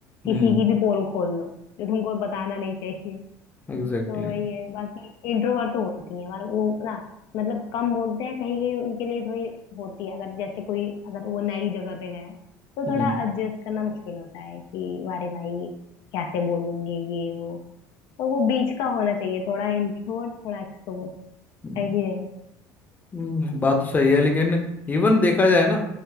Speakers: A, on the left; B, on the left.
A: Hmm
B: किसी की भी पोल खोल लो जो तुमको बताना नहीं चाहिए
A: Exactly
B: तो वही है बाकी इंट्रोवर्ट तो होती है हमारा वो ना मतलब कम बोलते हैं कहीं कहीं उनके लिए थोड़ी होती है अगर जैसे कोई अगर वो नई जगह पे गए तो
A: Hmm
B: थोड़ा एडजस्ट करना मुश्किल होता है कि वारे भाई कैसे बोलेंगे ये वो तो वो बीच का होना चाहिए थोड़ा इंट्रोवर्ट थोड़ा एक्सट्रोवर्ट
A: Hmm,
B: है कि नहीं
A: Hmm, बात तो सही है लेकिन इवन देखा जाए ना